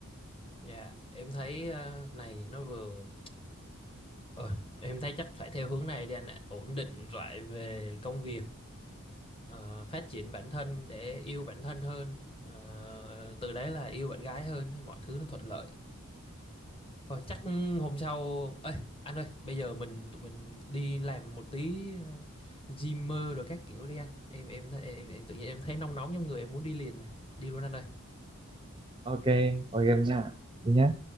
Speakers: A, on the left; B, on the right.
A: dạ em thấy ờ, này nó vừa ờ, em thấy chắc phải theo hướng này đi anh ạ ổn định lại về công việc ờ, phát triển bản thân để yêu bản thân hơn ờ, từ đấy là yêu bạn gái hơn thì mọi thứ nó thuận lợi Thôi chắc hôm sau Ê anh ơi bây giờ mình tụi mình đi làm một tí ờ, gym mơ rồi các kiểu đi anh em em em, em tự nhiên em thấy nóng nóng trong người em muốn đi liền này đi luôn anh ơi
B: ok ok em nha đi nhá